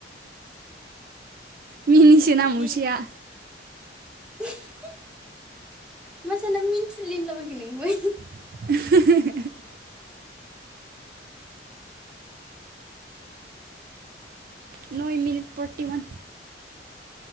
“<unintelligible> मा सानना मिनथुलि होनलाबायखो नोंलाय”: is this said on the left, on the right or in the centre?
Centre